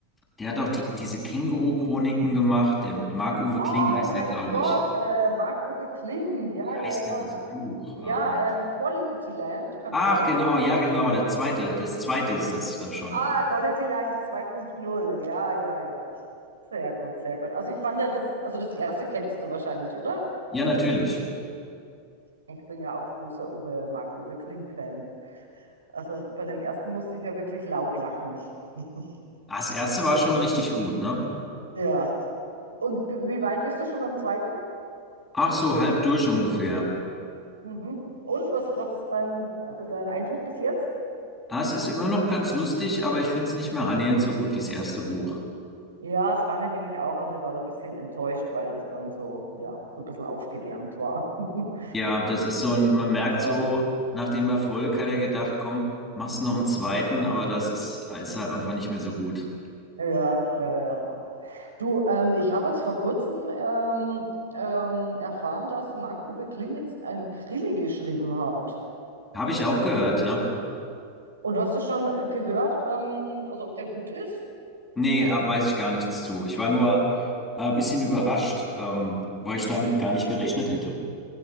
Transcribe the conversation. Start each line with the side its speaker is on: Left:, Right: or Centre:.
Left: der hat auch die, diese Känguru-Chroniken gemacht, der Marc-Uwe
Right: Ah,
Left: Kling heißt
Right: oh mein
Left: der, glaube
Right: Gott,
Left: ich.
Right: äh, Marc-Uwe Kling. Ja,
Left: Wie
Right: ja,
Left: heißt
Right: ja.
Left: denn das Buch?
Right: Ja, ähm,
Left: Äh,
Right: Quality Land, kann
Left: Ach,
Right: es sein?
Left: genau, ja, genau, der zweite, das zweite ist das äh, schon.
Right: Ah, Quality Land zwei Punkt null, Ja, ja, ja. Sehr gut, sehr gut. Also ich fand ja das, also das erste kennst du wahrscheinlich, oder?
Left: Ja, natürlich.
Right: Ich bin ja auch großer Uwe, Marc-Uwe Kling-Fan. Also bei dem ersten musste ich ja wirklich laut lachen. <laughs>
Left: Ah, das erste war schon richtig gut, ne?
Right: Ja. Und b- wie weit bist du schon beim zweiten?
Left: Ach, so halb durch ungefähr.
Right: Mhm. Und was, was ist dein, äh, dein Eindruck bis jetzt?
Left: Ah, es ist immer noch ganz lustig, aber ich finde es nicht mehr annähernd so gut wie das erste Buch.
Right: Ja, das fand ich nämlich auch. Also ich war da ein bisschen enttäuscht, weil das dann so, ja, so ein bisschen aufgewärmt war, <laughs>
Left: Ja, das ist so ein,
Right: würde
Left: man
Right: ich
Left: merkt
Right: jetzt sagen.
Left: so, nach dem Erfolg hat er gedacht, komm, machst noch einen zweiten, aber das ist, ist halt einfach nicht mehr so gut.
Right: Ja, ja, ja. Du, ähm, ich habe jetzt vor kurzem ähm, ähm, erfahren, dass Marc-Uwe Kling jetzt einen Krimi geschrieben hat.
Left: Habe ich auch gehört, ja?
Right: Und hast du schon gehört, ähm, also ob der gut ist?
Left: Nee, äh, weiß ich gar nichts zu. Ich war nur äh, ein bisschen überrascht, ähm, weil ich damit gar nicht gerechnet hätte,